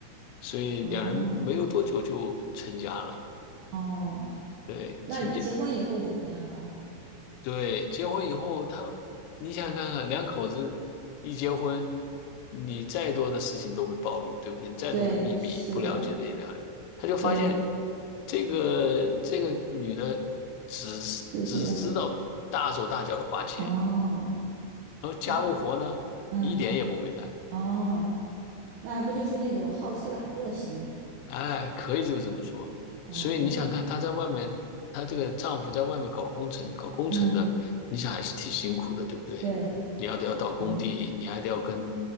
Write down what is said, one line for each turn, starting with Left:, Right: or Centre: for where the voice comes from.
Left: 所以两人没有多久就成家了。
Right: 哦哦，
Left: 对，
Right: 那结婚以后怎么样呢？
Left: 成家对，结婚以后，他，你想想看看，两口子一结婚，你再多的事情都会暴露，对不对？你再多的秘密，
Right: 对，是的，
Left: 不了解的也了解。他就发现，
Right: 对，
Left: 这个这个女的只只知道大手大脚的花钱，
Right: 估计哦，
Left: 然后家务活呢，
Right: 哎，嗯，
Left: 一点也不会干。
Right: 哦，那不就是那种好吃懒做型嘛？
Left: 哎，可以就这么说。
Right: 哦哦，
Left: 所以你想看她在外面，她这个丈夫在外面搞工程，搞工程的，
Right: 嗯，
Left: 你想还是挺辛苦的，对不对？
Right: 对，
Left: 你要得要到工地，
Right: 嗯
Left: 你还得要跟，